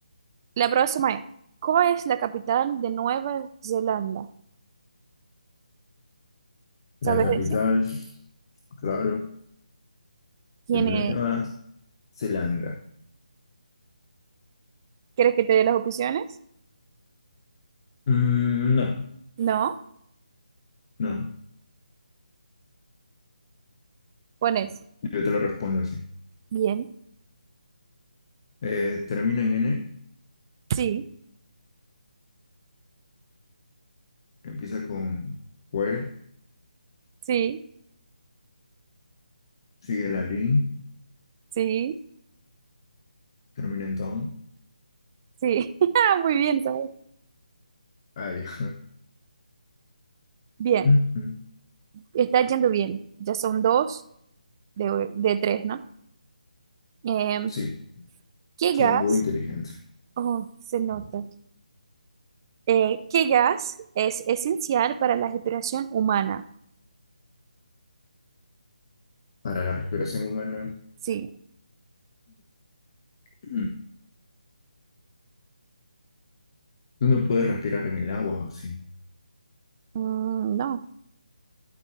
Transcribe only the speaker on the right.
la próxima es, ¿cuál es la capital de Nueva Zelanda? ¿Sabes
decir?
¿Tiene,
quieres que te dé las opciones?
No.
Pones
bien,
sí,
sí,
sí,
sí. <laughs> Ah, Muy bien, ¿sabes?
Bien.
Está yendo bien. Ya son dos de, de tres, ¿no? Em,
¿qué
gas?
Oh, se nota. Eh, ¿qué gas es esencial para la respiración humana?
Sí.
Mm, no.